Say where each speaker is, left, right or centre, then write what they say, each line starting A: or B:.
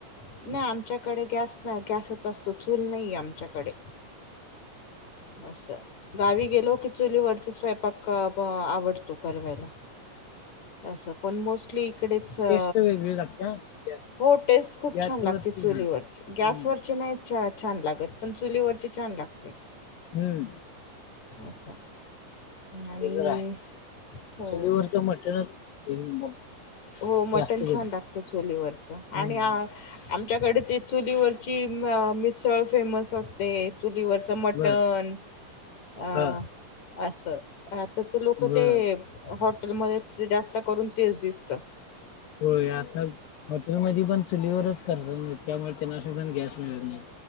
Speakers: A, on the left; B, on the left.
A: नाही आमच्याकडे गॅस गॅसच असतो चूल नाही आमच्याकडे अच्छा गावी गेलो की चुलीवररत स्वयंपाक आवडतो कवायला तसं पण मोस्टली इकडेच अ
B: टेस्ट वेगळी लागते हा गॅ-
A: हो टेस्ट खूप
B: गॅसवरची
A: छान लागते चुलीवरची
B: हा हम्म
A: गॅसवररची नाही च छान लागत पण चुलीवरती छान लागते
B: हम्म
A: अच्छा आणि
B: ते तर आहे
A: हो
B: चुलीवरचं मटणच एक नंबरला
A: हो मटण
B: जास्त करून
A: छान लाागतो चोलीवरच
B: हम्म
A: आणि आमच्याकडे ते चुलीवरची मिसळ फेमस असते चुलीवरच मट
B: बर
A: टन अ
B: हा
A: असं अस तर लोक
B: बर
A: ते हॉटेलमध्ये ते जास्त करून तेच दिसत
B: होय आता हॉटेलमध्ये पण चुलीवरच करत नाही त्यामुळे त्यांनाशी पण गॅस मिळत नाही